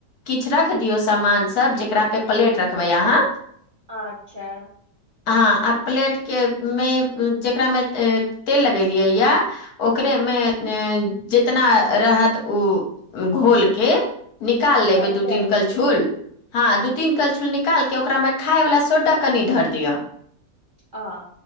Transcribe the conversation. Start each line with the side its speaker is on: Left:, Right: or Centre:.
Left: किछ रख दियौ सामान सब जेकरा पे प्लेट रखबै अहाँ
Right: अच्छा
Left: हँ आ प्लेट के मे जकरामे ए तेल लगेलियै यए ओकरे मे ने जितना रहत ओ घोलके निकाल लेबै
Right: सब
Left: दू
Right: दए
Left: तीन
Right: देब
Left: कल छुल
Right: ने
Left: हँ दू तीन करछुल निकालके ओकरामे खाय वला सोडा कनि धर दिअ
Right: आ